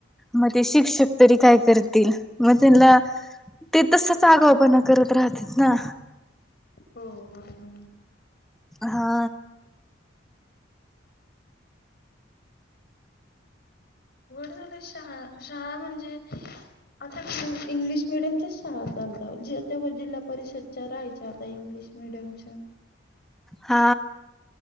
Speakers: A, in the centre; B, on the left (about 55°).
A: मग ते शिक्षक तरी काय करतील, मग त्यांना ते तसच आगाऊपणा करत राहतेत ना.
B: हो, बरोबर आहे.
A: हा.
B: झा <unintelligible> शाळा शाळा म्हणजे आता इंग्लिश मिडियमच्याच शाळा चालतात, <unintelligible> जिल्हा परिषदच्या राहायच्या, आता इंग्लिश मिडीयमच्या.
A: हा,